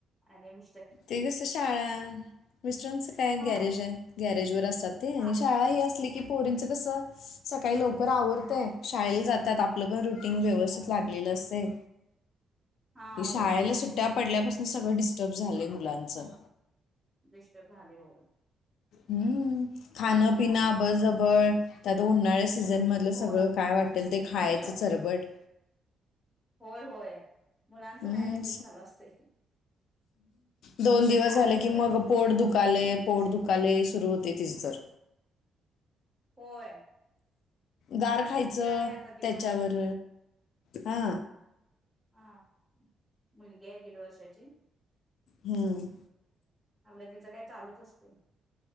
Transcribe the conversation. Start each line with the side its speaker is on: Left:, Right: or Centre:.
Centre: आले म
Left: ते कस शाळा मिस्टरनस काय
Centre: हा
Left: गॅरेज आहे गॅरेज वर असतात ते आणि
Centre: हा
Left: शाळा ह असली की पोरींच कस सकाळी लवकर आवरतय शाळेला जातात आपलं पण रुटीन व्यवस्थित लागलेलं असतय
Centre: हा
Left: ह शाळेला
Centre: होय
Left: सुट्ट्या पडल्यापासून सगळ डिस्टर्ब झालय मुलांचं
Centre: डिस्टर्ब झालंय होय
Left: हम्म खाण
Centre: मग
Left: पिन
Centre: आणि
Left: अबळ
Centre: काय
Left: जबळ तिथं तर उन्हा सीझन मधलं
Centre: होय
Left: सगळं काय वाटेल ते खायचं
Centre: सग
Left: चरबट
Centre: होय होय. मुलांचं
Left: हम्म
Centre: काय तेच चालू असते
Left: दोन
Centre: एकदा
Left: दिवस
Centre: शाळा
Left: झाले
Centre: सुरू
Left: कि मग
Centre: झाली की
Left: पोट
Centre: काय
Left: दुखाले पोट दुखाले सुरू होतं तिचं तर.
Centre: होय. मला
Left: गार
Centre: पण
Left: खायचं
Centre: मुलगी आहे आता दीड
Left: त्याच्यावर
Centre: वर्षाची
Left: हा
Centre: हा मुलगी आहे दीड वर्षची
Left: हम्म.
Centre: आपलं तिचं काही चालूच असते.